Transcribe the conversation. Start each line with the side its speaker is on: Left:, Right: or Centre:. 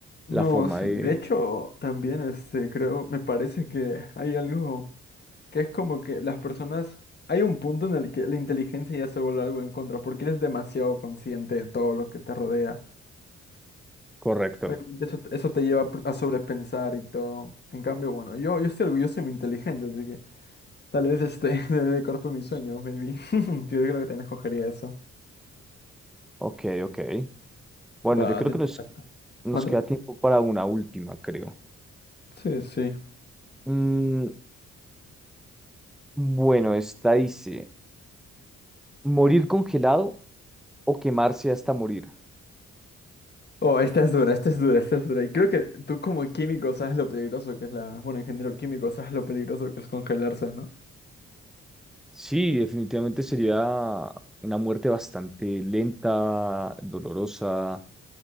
Left: No,
Centre: la forma
Left: sí,
Centre: de...
Left: de hecho, también este, creo, me parece que hay algo que es como que las personas, hay un punto en el que la inteligencia ya se vuelve algo en contra, porque eres demasiado consciente de todo lo que te rodea.
Centre: Correcto.
Left: Obviamente eso, eso te lleva a sobrepensar y todo. En cambio, bueno, yo, yo estoy orgulloso de mi inteligencia, así que tal vez este, <laughs> tener el cuerpo de mis sueños, maybe. <laughs> Yo creo que también escogería eso.
Centre: Ok, ok. Bueno,
Left: Va,
Centre: yo creo
Left: te
Centre: que
Left: toca.
Centre: nos, nos
Left: ¿Mande?
Centre: queda tiempo para una última, creo.
Left: Sí, sí.
Centre: Mm, bueno, esta dice, ¿morir congelado? o quemarse hasta morir.
Left: Oh, esta es dura, esta es dura, esta es dura. Y creo que tú como químico sabes lo peligroso que es la... Bueno, ingeniero químico sabes lo peligroso que es congelarse, ¿no?
Centre: Sí, definitivamente sería una muerte bastante lenta, dolorosa.